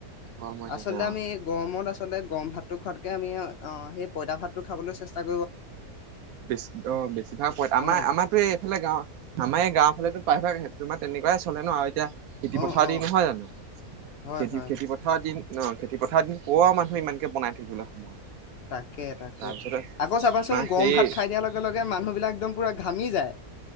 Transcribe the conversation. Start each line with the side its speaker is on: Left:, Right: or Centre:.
Right: গৰম হৈ
Left: আচলতে
Right: থাকে অ।
Left: আমি গৰমত আ আচলতে গৰম ভাতটো খোৱাতকে আমি অ সেই পঁইতা ভাতটো খাবলৈ চেষ্টা ক
Right: বেছি অ বেছিভাগ পঁই আমাৰ
Left: অ
Right: আমাৰো এইফালে গাওঁ আমাৰ এই গাওঁৰ ফালেতো পাইভাগ তোমাৰ তেনেকুৱাই চলে ন আৰু এতিয়া খেতি
Left: অ
Right: পথাৰ
Left: অ
Right: দিন নহয় জানো?
Left: হয়
Right: খেতি-খেতি
Left: হয় হয়
Right: পথাৰ দিন ন? খেতি পথাৰ দিন ক আৰু মানুহ ইমানকে বনাই থাকিলে সময়
Left: তাকে-তাকে
Right: তাৰপিছতে
Left: আকৌ চাব
Right: তোমাৰ
Left: কোৱাচোন গৰম
Right: সেই
Left: ভাত খাই দিয়াৰ লগে মানুহবাক একদম পুৰা ঘামি যায়।